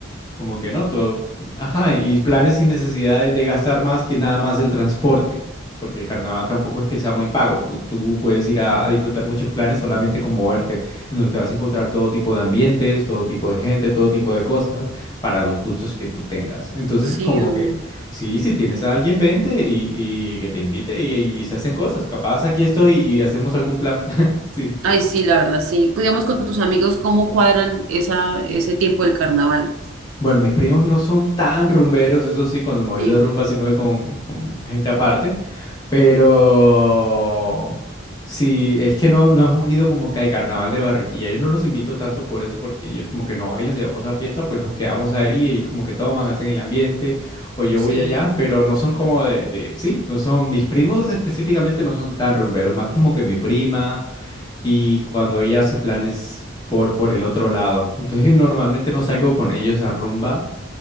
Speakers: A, on the left; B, on the right.
A: Como que no, todo. Ajá, y planes sin necesidad de, de gastar más que nada más el transporte, porque el carnaval tampoco es que sea muy pago. Tú, tú puedes ir a, a disfrutar muchos planes solamente con moverte, en donde te vas a encontrar todo tipo de ambientes, todo tipo de gente, todo tipo de cosas para los gustos que tú tengas. Entonces,
B: Sí,
A: como
B: obvio.
A: que sí, si tienes a alguien, vente y, y que te invite y, y se hacen cosas. Capaz aquí estoy y hacemos algún plan. <laughs> Sí.
B: Ay, sí, la verdad, sí. Pues, Digamos con tus amigos, ¿cómo cuadran esa, ese tiempo del carnaval?
A: Bueno, mis primos no son tan rumberos, eso sí, cuando me voy
B: Sí,
A: de rumba sí me voy con, con gente aparte, Pero sí, es que no, no hemos ido como que al carnaval de Barranquilla. Yo no los invito tanto por eso, porque ellos como que no bailan, si vamos a fiesta, pues nos quedamos ahí, ellos como que toman, hacen el ambiente, o yo
B: sí.
A: voy allá, pero no son como de, de- sí, no son, mis primos específicamente no son tan rumberos, más como que mi prima y cuando ella hace planes por, por el otro lado. Entonces normalmente no salgo con ellos a rumba,